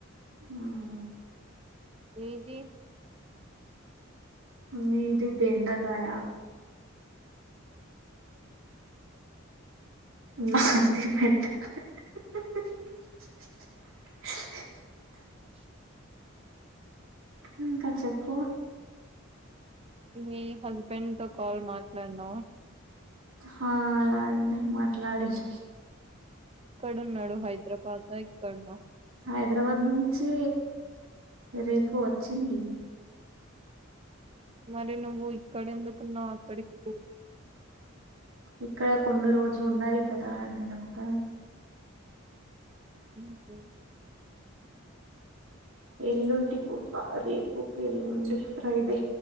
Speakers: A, on the right; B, on the right.
A: మ్ హ్
B: నీది
A: మీది బెండకాయ నాది <inaudible>
B: ఓ
A: ఇంక చెప్పు
B: మీ హస్బెండ్ తొ కాల్ మాట్లాడినవ
A: హాలాడిన మాట్లాడిన
B: ఎక్కడున్నాడు హైదరాబాదా ఇక్కడ్న
A: హైదరాబాద్ నుంచి రేపు వచ్చింది
B: మరి నవూ ఇ క్కడ ఎందుకున్నావు అక్కడికి పోలే
A: ఇక్కడ కొన్ని రోజు ఉండాలి కదానినక్క
B: మ్ హ్
A: ఎల్లుండి పూత రేపుకి ఎల్లుండి ఫ్రైడే